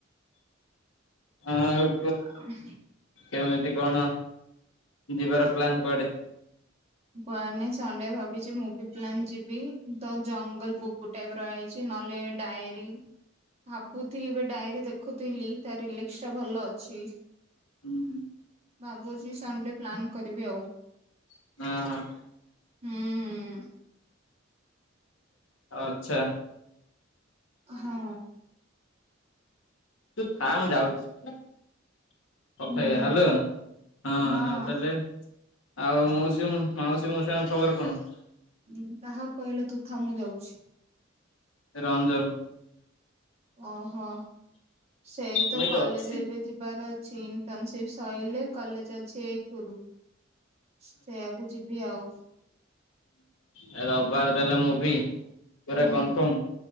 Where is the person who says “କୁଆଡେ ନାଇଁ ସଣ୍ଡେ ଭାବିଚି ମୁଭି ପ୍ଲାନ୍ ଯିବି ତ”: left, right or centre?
Right